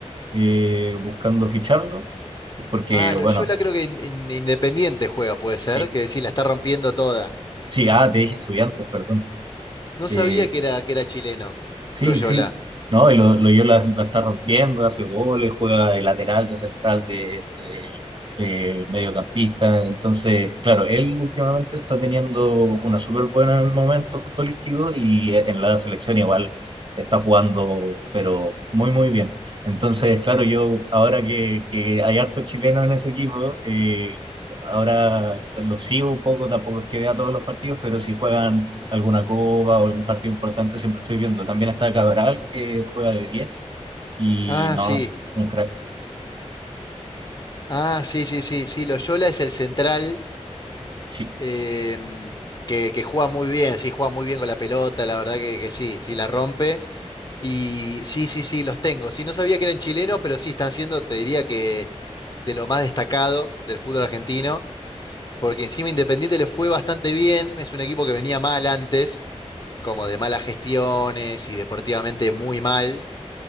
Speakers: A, on the right (about 45°); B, on the left (about 35°).
A: eh, buscando ficharlo, porque,
B: Ah, Loyola
A: bueno,
B: creo que in- in- Independiente juega, puede ser,
A: sí,
B: que decir, la está rompiendo toda.
A: sí, ah, te dije Estudiantes, perdón.
B: No
A: Eh,
B: sabía que era, que era chileno,
A: Sí,
B: Loyola.
A: sí. No, y lo, lo yo la, la está rompiendo, hace goles, juega de lateral, de central, de, de, eh, mediocampista. Entonces, claro, él últimamente está teniendo una súper buena en el momento futbolístico y e, en la selección igual está jugando, pero muy, muy bien. Entonces, claro, yo ahora que, que hay hartos chilenos en ese equipo, eh, ahora los sigo un poco, tampoco es que vea todos los partidos, pero si juegan alguna copa o algún partido importante, siempre estoy viendo. También está Cabral, que juega de 10 y
B: Ah,
A: no,
B: sí.
A: un crack,
B: Ah, sí, sí, sí. Sí, Loyola es el central
A: sí.
B: em, que, que juega muy bien. Sí, juega muy bien con la pelota, la verdad que, que sí, sí la rompe. Y sí, sí, sí, los tengo. Sí, no sabía que eran chilenos, pero sí están siendo, te diría que de lo más destacado del fútbol argentino, porque encima Independiente le fue bastante bien. Es un equipo que venía mal antes, como de malas gestiones y deportivamente muy mal.